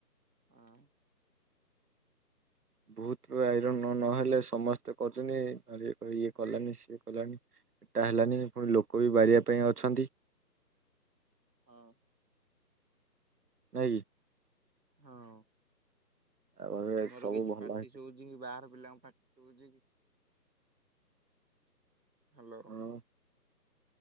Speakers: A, on the right (about 80°); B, on the right (about 65°).
A: ହଁ।
B: ବହୁତ ଆଇରନ ନହେଲେ ସମସ୍ତେ କରୁଛନ୍ତି ନହଲେ ଇଏ କଲାନୀ ସିଏ କଲାନି। ଟା ହେଲାନି ପୁଣି ଲୋକ ବି ବାରିବା ପାଇଁ ଅଛନ୍ତି।
A: ହଁ।
B: ନାଇଁ କି।
A: ହଁ।
B: ଆଉ
A: ମୋର
B: ସବୁ
A: କିଛି
B: ଭଲ
A: ପାାର୍ଟି
B: ହେଇଛି
A: ସୁଉଜୁ ବାହାର ପିଲାଙ୍କ ପାାର୍ଟି ଶୋବୁଚି କି? ହାଲୋ।
B: ହଁ